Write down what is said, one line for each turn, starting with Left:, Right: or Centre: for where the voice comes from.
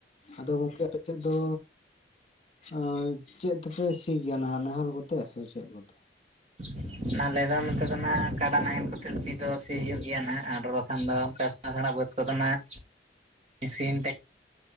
Left: ᱟᱫᱚ ᱜᱚᱢᱠᱮ ᱟᱯᱮ ᱴᱷᱮᱜ ᱫᱚ ᱪᱷᱟ ᱪᱮᱜ ᱛᱮᱯᱮ ᱥᱤᱭ ᱜᱮᱭᱟ ᱱᱟᱦᱟᱜ ᱱᱟᱮᱦᱮᱞ ᱠᱚᱛᱮ ᱥᱮ ᱪᱮᱫ ᱠᱚᱛᱮ?
Right: <inaudible> ᱟᱞᱮ ᱫᱚ ᱱᱚᱛᱮ ᱫᱚ ᱱᱟᱦᱜ ᱠᱟᱰᱟ ᱱᱟᱦᱮᱞ ᱠᱟᱛᱮ ᱥᱤ ᱫᱚ ᱥᱤ ᱦᱩᱭᱩᱜ ᱜᱮᱭᱟ ᱱᱟᱦᱟᱜ ᱟᱨ ᱵᱟᱠᱷᱟᱱ ᱫᱚ ᱚᱝᱠᱟ <unintelligible> ᱵᱟᱹᱫᱽ ᱠᱚᱫᱚᱱᱟᱜ ᱢᱮᱥᱤᱱ ᱴᱮᱠ